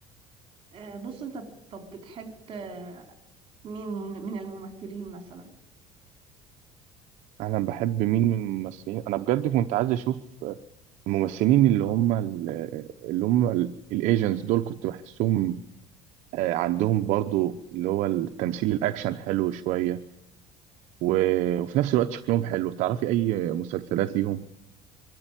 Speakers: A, on the right; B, on the right.
A: آه، بص انت ب- طب بتحب آه، مين من الممثلين مثلا
B: انا بحب مين من الممثلين انا بجد كنت عايز اشوف الممثلين اللي هم ال- اللي هم الايجنتس دول كنت بحسهم آه، عندهم برضو اللي هو التمثيل الاكشن حلو شوية و- وفي نفس الوقت شكلهم حلو تعرفي اي مسلسلات ليهم